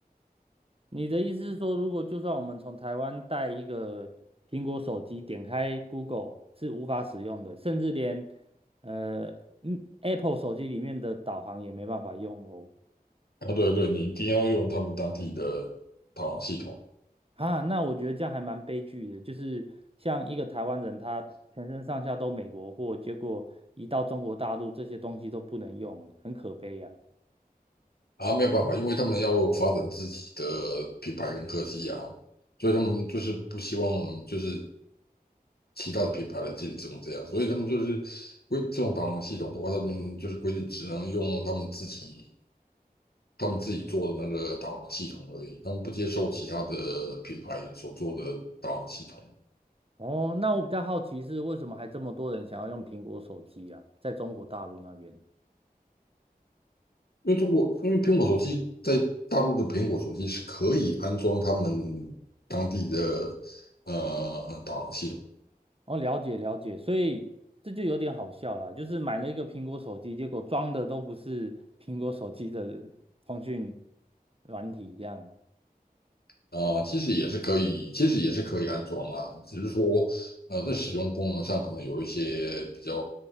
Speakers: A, on the right; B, on the left.
A: 你的意思是说，如果就算我们从台湾带一个苹果手机，点开 Google 是无法使用的，甚至连呃嗯 Apple 手机里面的导航也没办法用哦。
B: 啊，对对，你一定要用他们当地的导航系统
A: 啊，那我觉得这样还蛮悲剧的，就是像一个台湾人，他全身上下都美国货，结果一到中国大陆，这些东西都不能用，很可悲呀、
B: 啊，没有办法，因为他们要发展自己的品牌跟科技啊，所以他们就是不希望就是其他的品牌来竞争这样，所以他们就是规这种导航系统的话，他们就是规定只能用他们自己他们自己做的那个导航系统而已，他们不接受其他的品牌所做的导航系统。
A: 哦，那我比较好奇是为什么还这么多人想要用苹果手机啊？在中国大陆那边，
B: 因为中国，因为苹果手机在大陆的苹果手机是可以安装他们当地的呃导航系统
A: 哦，了解了解，所以这就有点好笑了，就是买了一个苹果手机，结果装的都不是苹果手机的通讯软体，这样
B: 啊、其实也是可以，其实也是可以安装啦，只是说呃在使用功能上可能有一些比较